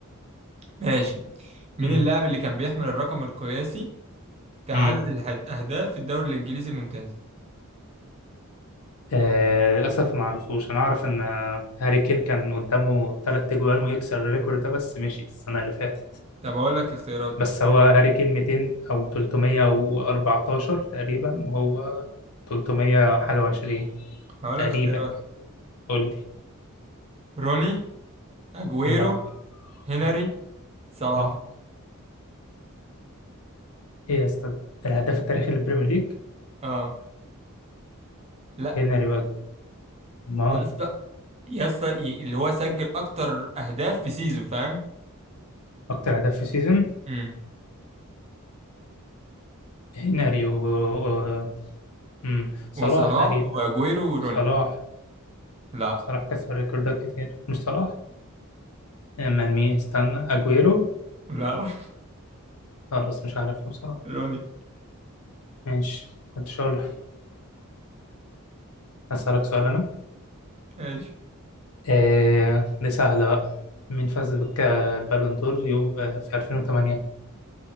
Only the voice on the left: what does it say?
امم
امم
آه، للأسف ما أعرفوش أنا أعرف إن هاري كين كان قدامه تلات تجوان ويكسر الريكورد ده بس مشي السنة اللي فاتت
بس هو هاري كين 200 أو 314 تقريبا وهو 300 حاجة وعشرين
تقريبا
قول لي
لا
لا
لا ايه يا اسطى الهداف التاريخي للبريمير ليج
هنري وجمال
اكتر هداف في السيزون
هنري و و- مم. صلاح
تقريبا
صلاح
صلاح كسر ريكوردات كتير مش صلاح امال مين استنى اجويرو
خلاص مش عارف بصراحة
ماشي كنت شاول اسالك سؤال انا
آه دي سهلة بقى مين فاز بالون دور يوم آه في 2008